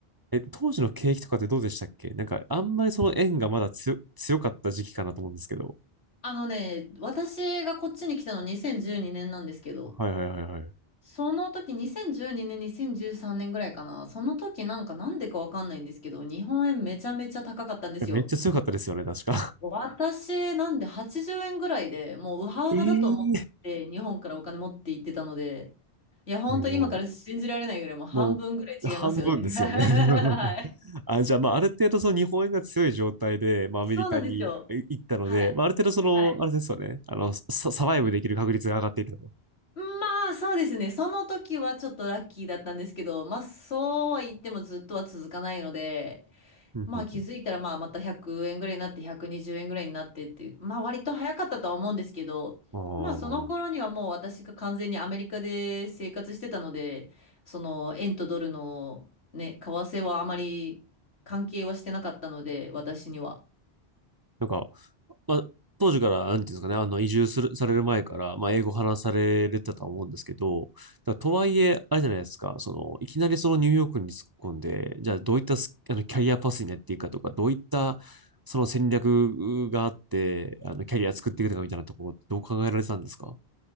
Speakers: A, on the right; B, on the left.
A: え、当時の景気とかってどうでしたっけなんか、あんまりその円がまだ強、強かった時期かなと思うんですけど。
B: あのね、私がこっちに来たの2012年なんですけど、
A: はいはいはいはい。い
B: その時、2012年、2013年ぐらいかな。その時なんかなんでかわかんないんですけど、日本円めちゃめちゃ高かったんですよ。
A: や、めっちゃ強かったですよね、確か。
B: 私、なんで80円ぐらいでもうウハウハだと思って日本からお金持って行ってたので、
A: <laughs> ええ
B: いや、ほんと今から信じられないぐらいもう半分ぐらい違いますよね。
A: え、もう、もう、半分ですよね。
B: <laughs> はい。
A: <laughs> あ、じゃあ、まあ、ある程度その日本円が強い状態で、まあ、
B: そうなんですよ。
A: アメリカにえ行ったので、
B: はい。
A: まあ、ある程度その、
B: はい。
A: あれですよね。あの、サ、サバイブできる確率が上がっていたと。
B: まあ、そうですね。その時はちょっとラッキーだったんですけど、まあ、そうは言ってもずっとは続かないので、
A: うんうん
B: まあ気づいたらまあまた100円ぐらいになって120円ぐらいになってっていう、まあ割と早かったとは思うんですけど、
A: うん。
B: まあその頃にはもう私が完全にアメリカで生活してたので、
A: ああ。
B: その円とドルのね、為替はあまり関係はしてなかったので、私には。
A: なんか、まあ、当時から、なんていうんですかね、あの、移住する、される前から、まあ、英語話されてたと思うんですけど、だからとはいえ、あれじゃないですか、その、いきなりそのニューヨークに突っ込んで、じゃあどういったスあのキャリアパスになっていくかとか、どういったその戦略があって、あの、キャリア作っていくのかみたいなところ、どう考えられてたんですか